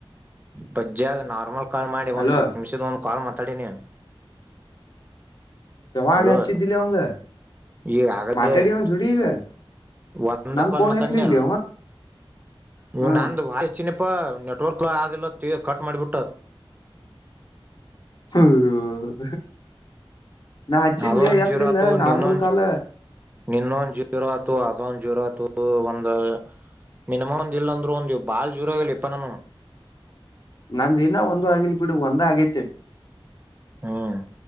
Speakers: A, on the right; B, on the left.
A: ಪಜ್ಜಿಯಾಗ ನಾರ್ಮಲ್ ಕಾಲ್ ಮಾಡಿ
B: ಅಲೋ
A: ಒಂದು್ ಹತ್ತು ನಿಮಿಷದ ಒಂದು ಕಾಲ್ ಮಾತಾಡಿನಿ
B: ಜವಾಾಗ
A: ಹಲೋ
B: ಹಚ್ಚಿ ದಿಲ್ಲ ಅವಗೆ
A: ಈಗ ಆಗಲೇ
B: ಮಾತಾಡಿ ಅವ ಜುಡಿಗ
A: ಒಂದ
B: ನಾನ್
A: ಕಾಲ್
B: ಫೋನ್
A: ಮಾತಾನ್ಯ
B: ಎತ್ಲಿಲ್ಲಿ
A: ನೀ
B: ಹ್ಮ
A: ನಂದು ಬಾಳ ಹೆಚ್ಚಿನ ನೆಟ್ವರ್ಕ್ ಆದಲ್ಲ ಕಟ್ ಮಾಡಿಬಿಟ್ಟು
B: ಹ್ಮ ನಾ ಅಚ್ಚಿನ್ಲ್ಲಿ
A: ಅದೊಂದ್
B: ಯತ್
A: ಜೀರೋ
B: ಲಿಲ್ಲ
A: ಆತು
B: ನಾರ್ಮಲ್
A: ನಿನ್ನೊಂದ್
B: ಕಾಲ
A: ನಿನ್ನೊಂದ್ ಜೀರೋ ಆಯತು ಅದೊಂದ್ ಜೀರೋ ಆಯತು ಒಂದ ಮಿನಿಮಮ್ ಒಂದ್ ಇಲ್ ಅಂದ್ರು ಒಂದ ಬಾಳ್ ಜೋರಲಿ ಇಪ್ಪ ನಾನ
B: ನಂದ ದಿನ ಒಂದ ಆಗಿಲ್ ಬಿಡು ಒಂದ ಆಗೈತೆ
A: ಹ್ಮ್